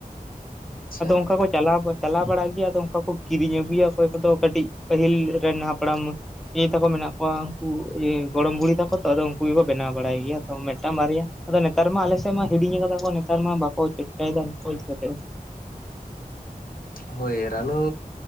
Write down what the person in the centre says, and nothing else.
ᱟᱫᱚ ᱚᱱᱠᱟ ᱠᱚ ᱪᱟᱞᱟᱣ ᱫᱚ ᱪᱟᱞᱟᱣ ᱵᱟᱲᱟᱜ ᱜᱮᱭᱟ ᱟᱫᱚ ᱚᱱᱠᱟ ᱠᱚ ᱠᱤᱨᱤᱧ ᱟᱹᱜᱩᱭᱟ ᱚᱠᱚᱭ ᱠᱚᱫᱚ ᱠᱟᱹᱴᱤᱡ ᱯᱟᱹᱦᱤᱞ ᱨᱮᱱ ᱦᱟᱯᱲᱟᱢ ᱤᱭᱟᱹ ᱛᱟᱠᱚ ᱢᱮᱱᱟᱜ ᱠᱚᱣᱟ ᱩᱱᱠᱩ ᱤᱭᱟᱹ ᱜᱚᱲᱚᱢ ᱵᱩᱲᱦᱤ ᱛᱟᱠᱚ ᱛᱚ ᱟᱫᱚ ᱩᱱᱠᱩ ᱵᱮᱱᱟᱣ ᱵᱟᱲᱟᱭ ᱜᱮᱭᱟ ᱠᱚ ᱢᱤᱫᱴᱟᱝ ᱵᱟᱨᱭᱟ ᱟᱫᱚ ᱱᱮᱛᱟᱨ ᱢᱟ ᱟᱞᱮᱥᱮᱫ ᱢᱟ ᱦᱤᱲᱤᱧ ᱠᱟᱫᱟ ᱠᱚ ᱱᱮᱛᱟᱨ ᱢᱟ ᱵᱟᱠᱚ ᱚᱠᱚᱭ ᱪᱟᱭᱫᱟ ᱱᱤᱠᱷᱳᱪ ᱠᱟᱛᱮᱛ ᱫᱚ᱾